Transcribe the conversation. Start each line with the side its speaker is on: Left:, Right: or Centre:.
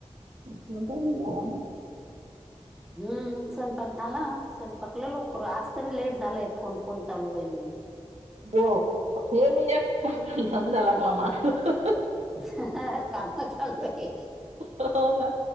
Right: सुणट ग ना
Centre: हम्म स्वयंपाक झाला स्वयंपाकला लोकर आज तरी लेट झालंय फोन फोन चालू आहे म्हणून
Right: हो हे मी एक <inaudible>
Centre: ह काम चालू आहे.
Right: हो ना